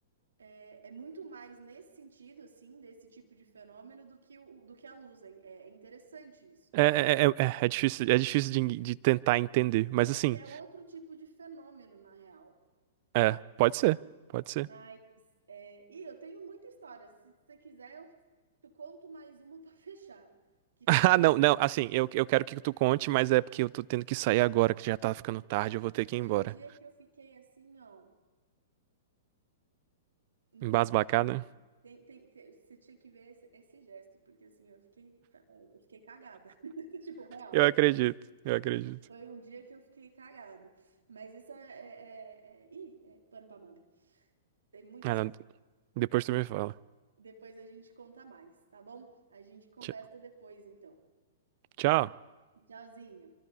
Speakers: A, on the right (about 85°); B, on the right (about 50°).
A: É, é muito mais nesse sentido, assim, desse tipo de fenômeno do que, o, do que a luz. É, é interessante isso.
B: É, é, é, é- é difícil, é difícil de, de tentar entender, mas
A: É porque
B: assim,
A: é outro tipo de fenômeno, na real.
B: é, pode ser, pode ser.
A: Mas, é, e eu tenho muita história. Se você quiser, eu te conto mais uma <laughs> para fechar.
B: <laughs>
A: Que foi
B: Ah,
A: um
B: não,
A: dia,
B: não, assim, eu, eu quero que tu conte, mas é porque eu tô tendo que sair agora, que já tá ficando
A: beleza.
B: tarde, eu vou
A: Que
B: ter que
A: foi
B: ir embora.
A: um dia que eu fiquei assim, ó. Não
B: Embasbacada?
A: sei. assim, tem, tem, tem- você tinha que ver esse, esse gesto, porque assim, eu fiquei, eu fiquei cagada. <laughs> Tipo, real.
B: Eu acredito, eu acredito.
A: Foi um dia que eu fiquei cagado. Mas isso é, é, é, é, ih, é pano pra manga. Tem muita
B: Ah,
A: história.
B: não, depois tu me fala.
A: Depois a gente conta mais, tá bom? A gente conversa
B: Tch-
A: depois, então.
B: Tchau.
A: Tchauzinho.